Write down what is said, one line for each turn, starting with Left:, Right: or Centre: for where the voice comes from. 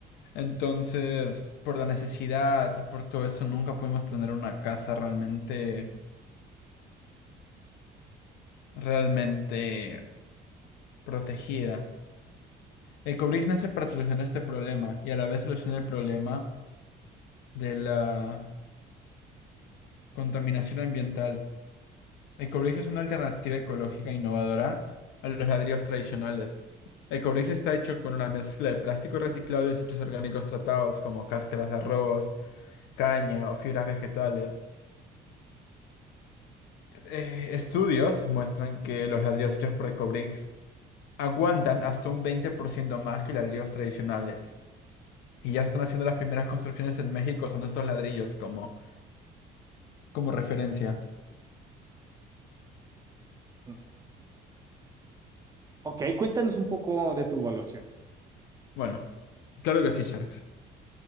Left: Entonces, por la necesidad y por todo eso, nunca pudimos tener una casa realmente realmente protegida. El Cobrix nace para solucionar este problema y a la vez soluciona el problema de la contaminación ambiental. El Cobrix es una alternativa ecológica innovadora a los ladrillos tradicionales. El Cobrix está hecho con una mezcla de plástico reciclado y desechos orgánicos tratados como cáscaras de arroz, caña o fibras vegetales. Eh, estudios muestran que los ladrillos hechos por Ecobricks aguantan hasta un 20% más que ladrillos tradicionales. Y ya se están haciendo las primeras construcciones en México, son estos ladrillos como, como referencia.
Right: Mm, Ok, cuéntanos un poco de tu evaluación.
Left: Bueno, claro que sí, Sharks.